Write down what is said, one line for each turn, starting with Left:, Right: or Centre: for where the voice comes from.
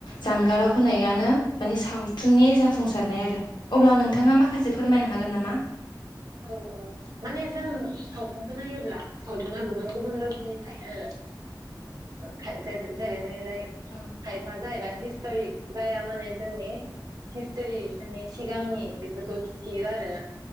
Left: जानगाराव होनायानो माने सावथुननि जाफुंसारनाय आरो। अब्ला नोंथाङा माखासे फोरमायनो हागोन नामा।
Right: औ औ। माने जों सावथुनखौ नायोब्ला सावथुना गुबुन गुबुन रोखोमनि थायो आरो। जाय जेरैहायलाय।
Left: औ
Right: खाइफाआ जाहैबाय हिस्ट'रिक जाया माने जोंनि हिस्ट'रि जोंनि सिगांनि बेफोरखौ खिथियो आरो।